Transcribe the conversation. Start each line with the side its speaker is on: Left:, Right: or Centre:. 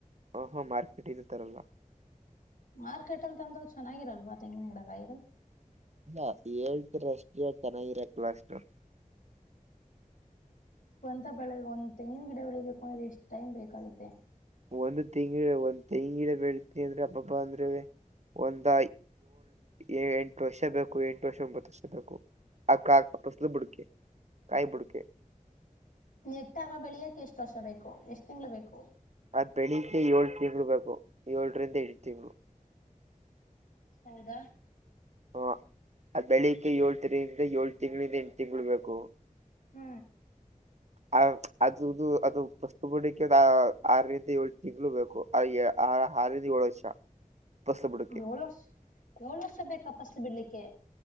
Right: ಹೋ ಮಾರ್ಕೆಟಿನ ತರಲ್ಲ
Left: ಮಾರ್ಕೆಟ್ ಅಲ್ಲಿ ತಂದ ಚೆನ್ನಾಗಿರಲ್ವಾ ತೆಂಗಿನ ಗಿಡ ಕಾಯದು
Right: ಇಲ್ಲ ಹೇಳ್ತರ ಅಷ್ಟ ಚೆನ್ನಾಗಿರಕ್ಲ್ಲ ಅಷ್ಟು
Left: ಸ್ಂತ ಬಳ ಒಂದು ತೆಂಗಿನ ಗಿಡ ಉಳಿಬೇಕು ಅಂದ್ರೆ ಎಷ್ಟ ಟಮ್ ಬೇಕಾಗುತ್ತೆ
Right: ಒಂದು ತಿಂಗಿ ಒಂದ್ ತೆಂಗಿಡ ಬೆಳ್ತಿ ಅಂದ್ರೆ ಹಬ್ಬ್ಬ ಅಂದ್ರೆ ಒಂದ ಏಳ್ ಎಂಟು ವರ್ಷ ಬೇಕು ಎಂಟು ವರ್ಷ ಒಂಬತ್ತು ವರ್ಷ ಬೇಕು ಆ ಕಾ ಕಪಸಲು ಬುಡಕೆ ಕಾಯ ಬುಡಕೆ
Left: ನೀ ಎಟ್ಟಾಗ ಬೆಳಿಯಕ ಎಷ್ಟು ವರ್ಷ ಬೇಕು ಎಷ್ಟ್ ತಿಂಗ್ಳ ಬೇಕು
Right: ಅದ್ ಬೆಳಿಗ್ಗೆ ಏಳ್ ತಿಂಗಳು ಬೇಕು ಏಳರಿಂದ ಏಳು ತಿಂಗಳು
Left: ಹೌದಾ
Right: ಹ ಅದ್ ಬೆಳಿಗ್ ಏಳ್ ತಿರಿಂದ ಏಳ್ ತಿಂಗಳಿಂದ ಎಂಟು ತಿಂಳ ಬೇಕು
Left: ಹ್ಮ್
Right: ಆ ಅದುದು ಅದು ಪಸ್ ಬಡಕ್ಕೆ ಆರರಿಂದ ಏಳ್ು ತಿಂಗಳು ಬೇಕು ಹ ಹಾರಿದ ಏಳು ವರ್ಷ ಫಸಲು ಬುಡಕೆ
Left: ಏಳು ವರ್ಷ ಏಳು ವರ್ಷ ಬೇಕಾ ಪಸ್ಲು ಬಿಡ್ಲಿಕ್ಕೆ